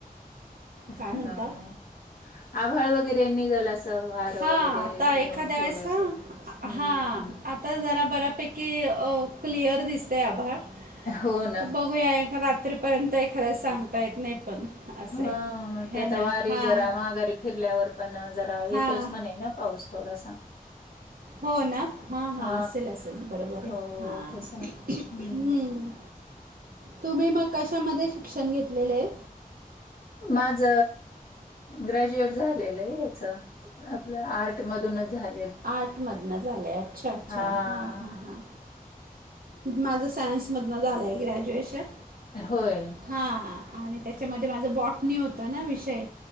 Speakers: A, on the left; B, on the right.
A: ह
B: काय म्हणता
A: हा आभळ व वगैरे निघल असं वारं
B: हां
A: वगैरे
B: आता एखाद्या
A: येऊन थोडस
B: वेळेस हां
A: हम्म.
B: हां आता जरा बऱ्यापैकी क्लिअर अ दिसते आभाळ.
A: हो ना.
B: तर बघूया एका रात्रीपर्यंत एखाद्या सांगता येत नाही पण. असं
A: हा
B: आहे है
A: हे आता
B: ना
A: वारी
B: हां
A: जरा महाघारी फिरल्यावर पण जरा येतोच
B: हां
A: म्हणे ना. पाऊस थोडासा.
B: हो ना हां हां
A: हा
B: असेल असेल बरोबर आहे
A: हो
B: हां.
A: तस हम्म
B: हम्म, तुम्ही मग कशामध्ये शिक्षण घेतलेलं आहे.
A: माझ ग्रॅज्युएट झालेलं आहे हेच आपल्या आर्ट आर्ट मधूनच झाल.
B: आर्ट मधनं झाले अच्छा अच्छा
A: हा
B: हां हां हां. माझं सायन्समधनं झालंय ग्रॅज्युएशन.
A: होय.
B: हा आनी त्याच्यामद्ये माझं बॉट्नी होतं ना विषय.